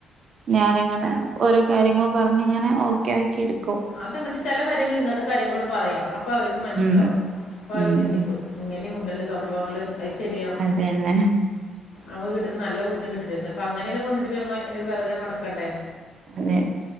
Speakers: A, on the right (about 55°); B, on the left (about 80°).
A: ഞാനിങ്ങനെ ഓരോ കാര്യങ്ങള് പറഞ്ഞിങ്ങനെ ഓക്കെ ആക്കി എടുക്കും
B: അ തങ്ങട്ട് ചില കാര്യങ്ങൾ ഇങ്ങനത്തെ കാര്യങ്ങളും പറയാം അപ്പൊ അവർക്ക് മനസ്സിലാവും
A: ഉം
B: അപ്പൊ അവര്
A: ഉം
B: ചിന്തിക്കും ഇങ്ങനെയുണ്ടല്ലോ സംഭവങ്ങൾ അത് ശരിയാണ്
A: അതന്നെ
B: അവമ്മ കിട്ടുന്ന നല്ലട്ടിനെ കിട്ടപ്പ അങ്ങനെല്ലാം വന്നിട്ട്മ്മ എന്റെ പിറകെ നടക്കണ്ടേ
A: അതെ